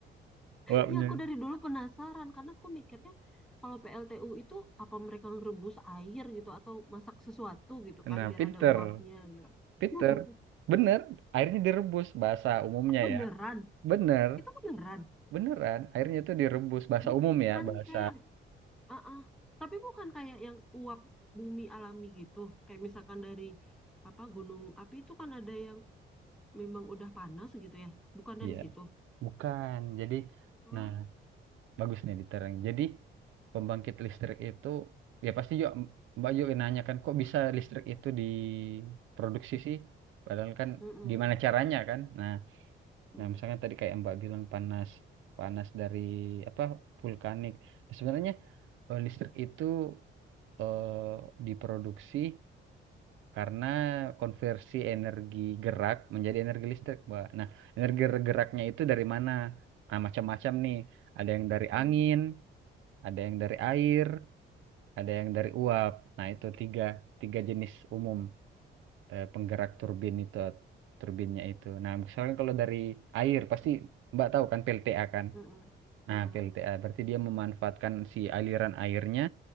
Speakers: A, on the right; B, in the centre.
A: <laughs> wapnya.
B: Iya, aku dari dulu penasaran karena aku mikirnya kalau PLTU itu apa mereka ngerebus air gitu atau masak sesuatu gitu kan
A: Nah,
B: biar
A: Peter,
B: ada uapnya gitu.
A: Peter,
B: <laughs>
A: bener, airnya direbus bahasa umumnya
B: Beneran.
A: ya. Bener,
B: Itu beneran.
A: beneran, airnya itu direbus bahasa
B: Bukan
A: umum ya, bahasa
B: kayak ah ah. Tapi bukan kayak yang uap bumi alami gitu. Kayak misalkan dari apa gunung api itu kan ada yang memang udah panas gitu ya? Bukan dari
A: iya,
B: situ.
A: bukan. Jadi,
B: Hmm.
A: nah, bagus nih diterang. Jadi, pembangkit listrik itu ya pasti yuk Mbak Yuk nanya kan kok bisa listrik itu diproduksi sih? Padahal kan
B: Mm-mm.
A: gimana caranya kan? Nah,
B: Mm,
A: nah misalkan tadi kayak Mbak bilang panas panas dari apa vulkanik. Nah, Sebenarnya eh, listrik itu eh, diproduksi karena konversi energi gerak menjadi energi listrik, Mbak. Nah, energi geraknya itu dari mana? Nah, macam-macam nih. Ada yang dari
B: mm,
A: angin, ada yang dari air, ada yang dari uap. Nah, itu tiga, tiga jenis umum eh, penggerak turbin itu, turbinnya itu. Nah, misalkan kalau dari air, pasti Mbak tahu kan PLTA kan?
B: mm-mm.
A: Nah,
B: Ya.
A: PLTA berarti dia memanfaatkan si aliran airnya